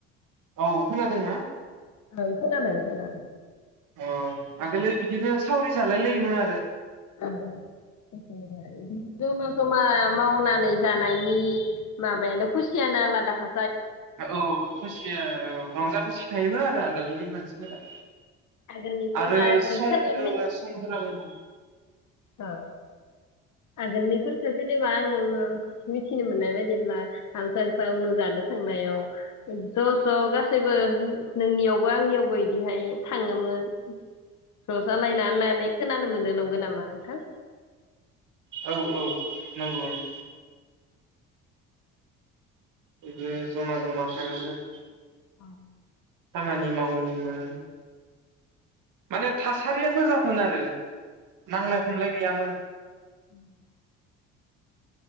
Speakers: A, on the right; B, on the left.
A: औ खोनादोंना
B: ओं खोनादों खोना
A: अ आगोलो बिदिनो सावरि जालाय लायोमोन आरो
B: ओं जेनेबा इदिनो गोमा जमा मावनानै जानायनि माबायानो खुसियानो आलादा हा
A: औ खुसिया रंजा खुसि थायोमोन आरो आगोल बै मानसि फोरा
B: आगोलनिफोराखो
A: आरो सहायफोराबो समफोराबो
B: ओ आगोलनिफोरखौ जेनेबा आङो मिथिनो मोननाय बायदिब्ला हाल जांख्रा उनाव जानो थांनायाव ज ज गासैबो नोंनियावबो आंनियावबो इदिहाय थाङोमोन ज जालायना होननानै खोना नो मोनो नंगो नामा नोंथां
A: औ औ नंगौ नों गोदो जमा जमा थाङोमोन
B: औ
A: खामानि मावैनि मोन माने थासारिया मोजांमोन आरो नांलाय खमलाय गैयामोन
B: <inaudible>